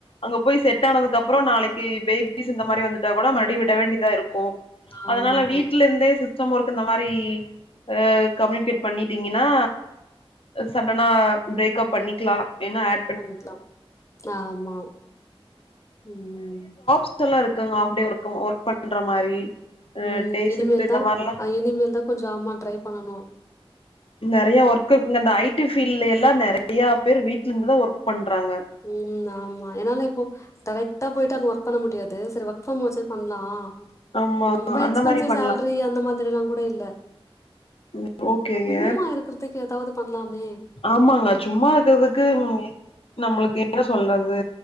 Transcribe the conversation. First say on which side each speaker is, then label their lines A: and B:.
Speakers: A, on the left; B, on the left.
A: அங்க போய் செட் ஆனதுக்கு கப்புற நாளைக்கி பேபிஸ் இந்த மாரி வந்துட்டா கூட மறுடியு விட வேண்டிதா இருக்கு அதனால
B: ஆமா
A: வீட்ல‌ இருந்தே சி ஸ்டம் வொர்க் இந்த மாரி அ கம்யூனிகேட் பண்ணிட்டீங்கன்னா சடனா பிரேக்கப் பண்ணிக்கலா ஏன்னா அ
B: பண்ணிக்கலா ஆமா ம்
A: த்தெல்லா இருக்குங்க ஃஆப் டே ஒர்க் ஒர்க் பண்ற மாரி அ
B: ம்
A: டே
B: இனிமேல்
A: ஷிஃப்ட் இந்த
B: தா
A: மாரிலா
B: ஆ இனிமேல் தா கொஞ்சோ ஆமா ட்ரை பண்ணனு
A: நெறைய ஒர்க் இருக்குங்க இந்த ஐ டி ஃபீல்டுல எல்லா நெறைய பேரு வீட்டுல இருந்துதா ஒர்க் பண்றாங்க
B: ம் ஆமா என்னால இப்போ டைரெக்டா போயிட்டு அங்க ஒர்க் பண்ண முடியாது சரி ஒர்க் ஃப்ரம் ஆச்சு பண்லா
A: ஆமா
B: ரொம்ப
A: அந்த
B: எக்ஸ்பென்சிவ்
A: மாரி பண்லா
B: சேல்ரி அந்த மாதிரில்லா கூட இல்ல
A: ம் ஓகேங்க
B: சும்மா இருக்குறதுக்கு எதாவது பண்லாமே
A: ஆமாங்க சும்மா ஈக்கறதுக்கு ம் நம்மளுக்கு என்ன சொல்றது